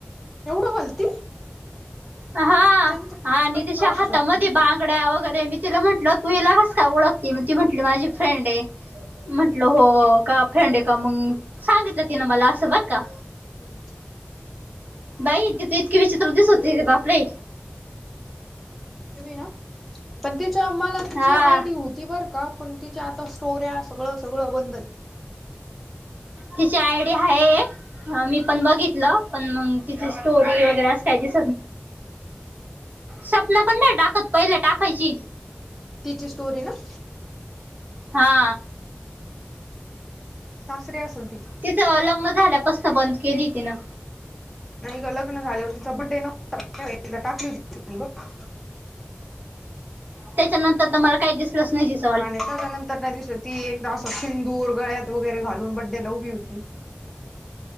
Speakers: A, in the centre; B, on the right.
A: एवढं बोलती
B: हा
A: त्यांच्या
B: हा नितीश
A: असू
B: हात
A: शकते
B: म बांग. ड वगैरे मी तिला म्हट तू हिला घस का ओळखते मी ती म्हटली माझी फ्रेंड आहे. म्हंटलं हो का फ्रेंड आहे का मग सांगितलं तिनं मला असं बर का?
A: हम्.
B: बाई त इतकी विचित्रतीच होती बापडे
A: ना पण तिच्या मला तिची
B: हा
A: आयडी होती बरं का पण तिच्या आता स्टोऱ्या सगळं सगळं बंद आहे.
B: तिची आयडी आहे एक अ मी पण बघितलं पण मग तिची स्टोरी वगैरे काय दिस. स्वप्नापण नाही टाकत पहिले टाकायची.
A: तिची स्टोरी ना.
B: हा.
A: सासरे असं.
B: तिचं लग्न झाल्यापासन बंद केली तिनं.
A: नाही ग लग्न झाल्यावर तिचा बड्डे नव्हता एकदा टाकली हो त
B: त्याच्या नंतर तर मला काही दिसलच नाही दिस.
A: आणि त्याच्यानंतर नाही दिसलं ती एकदा असं सिंदूर गळ्यात वगैरे घालून बड्डे ला उभी होती.